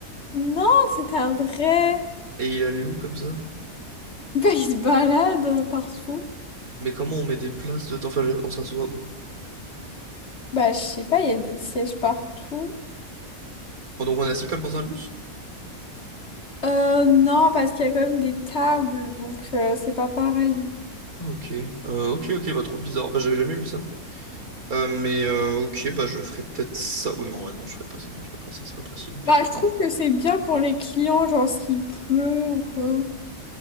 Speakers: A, on the left; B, on the right.
A: Non, c'était un vrai. <laughs>
B: Et il allait où comme ça?
A: Bah, il se balade euh, partout.
B: Mais comment on met des places dedans? Enfin, je veux dire, on s'assoit où?
A: Bah, je sais pas, il y a des sièges partout.
B: Oh, Donc on est assis comme dans un bus?
A: Euh, non, parce qu'il y a quand même des tables, donc euh, c'est pas pareil.
B: Ah, Ok, Euh, ok, ok, bah trop bizarre. Bah j'avais jamais vu ça. Euh, mais euh, ok, bah je ferai peut-être ça. Oh non, ouais, non, je ferai pas ça, non, je ferai pas ça, c'est pas possible.
A: Bah, je trouve
B: Mm.
A: que c'est bien pour les clients, genre s'il pleut ou quoi.